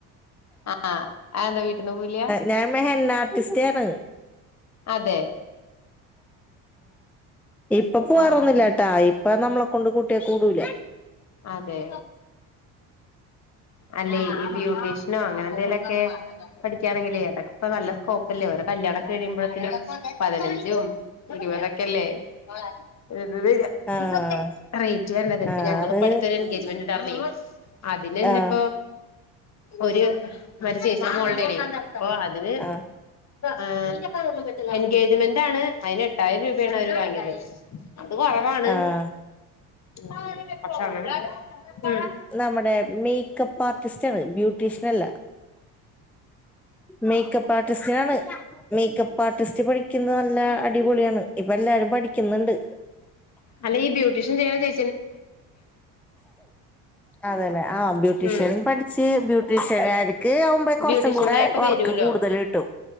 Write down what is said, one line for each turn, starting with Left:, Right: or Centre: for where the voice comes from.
Left: ആഹ് ആഹ് ന്താ വീട്ടീന്ന് പോല്ല്യ
Centre: ഞാ മെ ഹെന്ന ആർട്ടിസ്റ്റാണ്
Left: അതെ
Centre: ഇപ്പൊ പോവാറൊന്നുല്ല
Left: ആഹ് ആഹ്
Centre: ട്ടാ ഇപ്പ നമ്മളെ കൊണ്ട് കൂട്ടിയ കൂടൂല
Left: അതെ അല്ലെ ഇ ബ്യൂട്ടീഷ്നോ അങ്ങനെ എന്തെലൊക്കെ പഠിക്ക്യാണെങ്കില് അതൊക്കെപ്പ നല്ല സ്കോപ്പല്ലേ ഓരോ കല്യാണക്കെ കഴിയുമ്പോഴ്ത്തിനും പതിനഞ്ചും ഇരുപതൊക്കെല്ലേ <unintelligible>
Centre: ആഹ്
Left: റേറ്റ് വര്ണത് ഇപ്പ
Centre: ആഹ്
Left: ഞങ്ങള്
Centre: അത്
Left: എൻഗജ്മെന്റ് ണ്ടാർന്നെ അതിനെന്നെപ്പോ
Centre: ആഹ്
Left: ഒര് <unintelligible> ചേച്ചിടെ മോൾടെ ആണേ അപ്പൊ അതിന്
Centre: ആഹ്
Left: ഏഹ് എൻഗേജ്മെന്റ് ആണ് അയ് ന് എട്ടായിരം രൂപേണ് അവര് വാങ്ങി യത് അത് കൊറവാണ്
Centre: ആഹ്
Left: ഉം പക്ഷെ അങ്ങനെ ഉം
Centre: നമ്മ്ടെ മേക്കപ്പ് ആർട്ടിസ്റ്റാണ് ബ്യൂട്ടീഷ്യൻ അല്ല മേക്കപ്പാർട്ടിസ്റ്റ്നാണ് മേക്കപ്പ് ആർട്ടിസ്റ്റ് പഠിക്ക്ന്നെ നല്ല അടിപൊളിയാണ് ഇപ്പ എല്ലാരും പഠിക്ക്ന്ന്ണ്ട്
Left: അല്ല ഈ ബ്യൂട്ടീഷ്യൻ ചെയ്യ്ണ ചേ
Centre: അതെ ലെ ആഹ് ബ്യൂട്ടീഷ്യൻ
Left: ഉം
Centre: പട്‌ച്ച് ബ്യൂ ട്ട് ചെലേർക്ക് ആവ്മ്പേയ് കൊറ്ച്ചും
Left: ബ്യൂട്ടീഷ്യനിലൊക്കെ
Centre: കൂടെ വർക്ക്
Left: വരൂലോ
Centre: കൂടുതൽ കിട്ടും